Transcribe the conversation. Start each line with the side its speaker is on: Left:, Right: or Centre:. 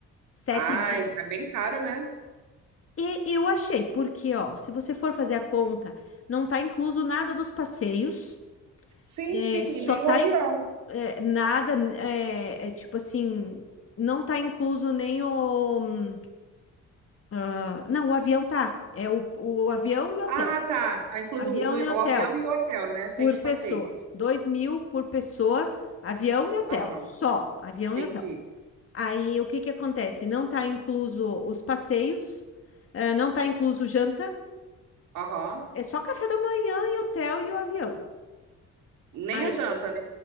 Left: sete
Right: Ai,
Left: dias.
Right: tá bem caro, né?
Left: E eu achei, porque, ó, se você for fazer a conta, não tá incluso nada dos passeios,
Right: Sim,
Left: é,
Right: sim,
Left: só
Right: e nem
Left: tá
Right: o avião.
Left: em- é, nada, é, é tipo assim, não tá incluso nem o. ah, não, o avião tá. É o, o avião e o hotel.
Right: Ah, tá. Tá incluso
Left: Avião
Right: o,
Left: e hotel
Right: o avião e o hotel, né? Sem
Left: por
Right: os
Left: pessoa.
Right: passeios.
Left: Dois mil por pessoa, avião e hotel.
Right: Aham,
Left: Só avião
Right: entendi.
Left: e hotel. Aí o que que acontece? Não tá incluso os passeios, eh, não tá incluso janta,
Right: Aham.
Left: É só café da manhã e hotel e o avião.
Right: Nem
Left: Aí,
Right: a janta, né?